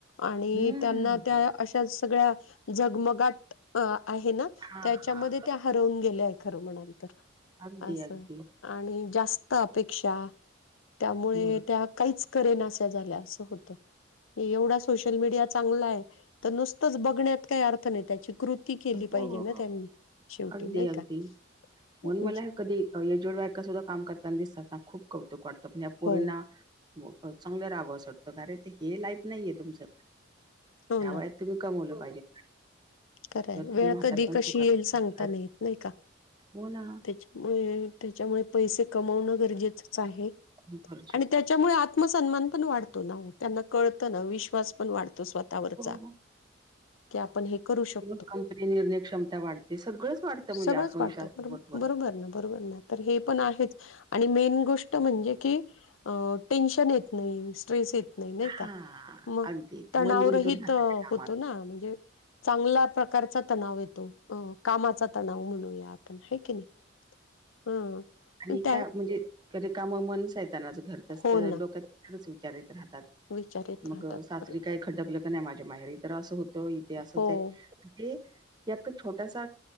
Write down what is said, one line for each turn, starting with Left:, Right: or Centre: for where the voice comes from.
Left: आणि
Right: हम्म
Left: त्यांना त्या अशा सगळ्या झगमगाट आहे ना
Right: हां,
Left: त्याच्या
Right: हां
Left: मध्ये त्या हरवून गेल्याय खर म्हणायला तर
Right: अगदी,
Left: अस
Right: अगदी
Left: आणि जास्त अपेक्षा त्यामुळे
Right: बरोबर.
Left: त्या काहीेच करेणाश्या झाल्या अस होत एवढा सोशल मीडिया चांगला आहे तर नुस तच बघण्यात काही अर्थ नाही त्याची कृती केली
Right: हो
Left: पाहिजे ना त्यांनी शेवटी
Right: अगदी
Left: नाही
Right: अगदी
Left: का
Right: म्हणून
Left: म्हणजे
Right: मला कधी या एजेड बायका सुद्धा काम करताना दिसतात ना खूप कौतुक वाटत पण या पोरींना
Left: हो
Right: चांगल राहाव अस वाटत आरे ते हे लाईफ नाहीये तुमच.
Left: हो
Right: ह्या
Left: ना
Right: वयात तुम्ही कमवल पाहिजे.
Left: खरय
Right: तर तुम्ही
Left: वेळ
Right: म्हातार
Left: कधी,
Right: पण
Left: कशी
Right: सुखात
Left: येईल
Right: राहू
Left: सांगता
Right: शकाल
Left: नाही येत नाही का
Right: हो ना
Left: त्याची? त्याच्यामुळ पैसे कमावण गरजेचच आहे.
Right: अगदी खरय.
Left: आणि त्याच्यामुळे आत्मसन्मान पण वाढतो ना? हो, त्यांना कळत ना, विश्वास पण वाढतो स्वतःवरचा.
Right: <inaudible>
Left: की आपण हे करू शकतो.
Right: आपली निर्णय क्षमता वाढते, सगळच वाढत म्हणजे
Left: सगळंच
Right: आत्मविश्वासा
Left: वाटतं ब
Right: बरोबर.
Left: बरोबर ना, तर हे पण आहेच आणि मेन गोष्ट म्हणजे की टेन्शन येत नाही, स्ट्रेस येत नाही, नाही.
Right: हा
Left: मग
Right: अगदी
Left: तणाव
Right: मन गुंतून
Left: रहित
Right: राहतं त्या कामात
Left: होतो ना, म्हणजे चांगला प्रकारचा तणाव येतो, कामाचा तणाव म्हणूया आपण, आहे की नाही? ह
Right: आणि
Left: त्या
Right: का म्हणजेे रिकाम मन सैतानाच घर. घर <unintelligible>
Left: हो
Right: तर
Left: ना
Right: डोक्यात <unintelligible> विचार येत राहतात.
Left: विचार येत
Right: मग
Left: राहतात
Right: सासरी
Left: परत
Right: काय? खटकल का नाही माझ्या माहेरी तर अस होत इथे असच
Left: हो
Right: आहे. ते एक छोटासा